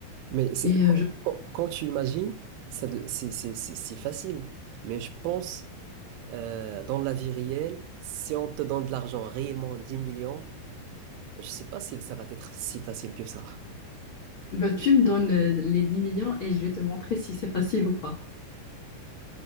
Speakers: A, on the right; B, on the left.
A: Mais c'est,
B: Et euh, je...
A: quand, quand tu imagines, ça de- c'est c'est- c'est si facile. Mais je pense, euh, dans la vie réelle, si on te donne de l'argent réellement, 10 millions, je sais pas si ça va être si facile que ça.
B: bah, tu me donnes euh, les 10 millions et je vais te montrer si c'est facile ou pas.